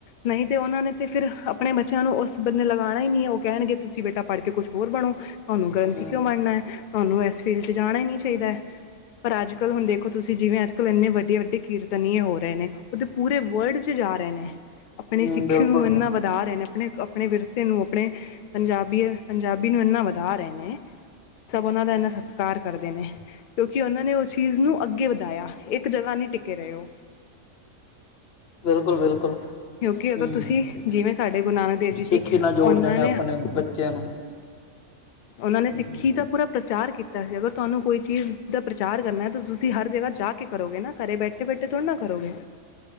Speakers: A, on the left; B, on the left.
A: ਨਈ ਤੇ ਓਨਾਂ ਨੇ ਤੇ ਫਿਰ ਆਪਨੇ ਬੱਚਿਆਂ ਨੂੰ ਉਸ ਬੰਨੇ ਲਗਾਨਾ ਈ ਨੀ ਐ ਓ ਕੈਨਗੇ ਤੁਸੀਂ ਬੇਟਾ ਪੜ ਕੇ ਕੁਛ ਹੋਰ ਬਨੋ। ਤਆਨੂੰ ਗ੍ਰੰਥੀ
B: ਹੂੰ।
A: ਕਿਓਂ ਬਨਨਾ। ਤੁਆਨੂੰ ਐਸ ਫੀਲਡ ਚ ਜਾਨਾ ਈ ਨਈ ਚਾਈਦਾ, ਪਰ ਅੱਜ-ਕੱਲ ਹੁਨ ਦੇਖੋ ਤੁਸੀਂ ਜਿਵੇਂ ਅੱਜ-ਕੱਲ ਐਨੇ ਵੱ ਵੱਡੇ-ਵੱਡੇ ਕੀਰਤਨੀਏ ਹੋ ਰਏ ਨੇ ਓ ਤਾਂ ਪੂਰੇ ਵਲਡ ਚ ਜਾ ਰਏ ਨੇ, ਆਪਨੀ
B: ਹੂੰ
A: ਸਿੱਖੀ
B: ਬਿਲਕੁਲ
A: ਨੂੰ ਏਨਾਂ
B: ਜੀ
A: ਵਦੀ ਵਦਾ ਰਏ ਨੇ ਆਪਨੇ-ਆਪਨੇ ਵਿਰਸੇ ਨੂੰ ਆਪਨੇ ਪੰਜਾਬੀ-ਪੰਜਾਬੀ ਨੂੰ ਏਨਾ ਵਦਾ ਰਏ ਨੇ, ਸਬ ਓਨਾਂ ਦਾ ਏਨਾ ਸਤਿ ਕਾਰ ਕਰਦੇ ਨੇ, ਕਿਓਂਕਿ ਓਨਾਂ ਨੇ ਓਸ ਚੀਜ਼ ਨੂੰ ਅੱਗੇ ਵਦਾਇਆ ਇੱਕ ਜਗਾ ਨੀ ਟਿੱਕੇ ਰਏ ਓ।
B: ਬਿਲਕੁਲ-ਬਿਲਕੁਲ,
A: ਕਿਉਂਕਿ ਅਗਰ
B: ਹੂੰ-ਹੂੰ
A: ਤੁਸੀਂ ਜਿਵੇਂ ਸਾਡੇ ਗੁਰੂ ਨਾਨਕ ਦੇਵ ਜੀ
B: ਸਿੱਖੀ
A: ਸੀ
B: ਨਾਲ ਜੋੜ
A: ਉਹਨਾਂ
B: ਦੇ ਨੇ ਆਪਨੇ ਬੱਚੇਆਂ ਨੂੰ
A: ਓਨਾਂ ਨੇ ਸਿੱਖੀ
B: ਹੂੰ।
A: ਦਾ ਪੂਰਾ ਪਰਚਾਰ ਕੀ ਤਾ ਅਗਰ ਤੁਆਨੂੰ ਕੋਈ ਚੀਜ਼ ਦਾ ਪਰਚਾਰ ਕਰਨਾ ਤਾਂ ਤੁਸੀਂ ਹਰ ਜਗਾ ਜਾ ਕੇ ਕਰੋਗੇ ਨਾ ਘਰੇ ਬੈਠੇ-ਬੈਠੇ ਥੋੜਾ ਨਾ ਕਰੋਗੇ।